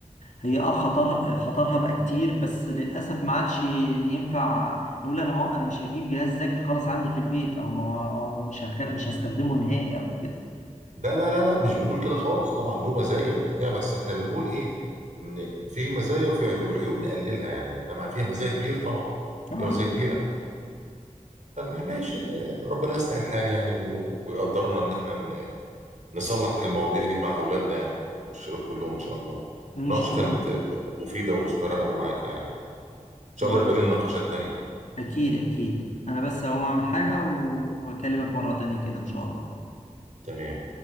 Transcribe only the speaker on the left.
هي اه خطر خطرها بقى كتير بس للأسف ما عادش ينفع نقول انا ما انا مش هجيب جهاز ذكي خلاص عندي في البيت او ما أو مش هخ- مش هستخدمه نهائي او كده
آه.
ان
شاء
الله
اكيد اكيد انا بس هقوم اعمل حاجة واكلمك مرة تانية كده ان شاء الله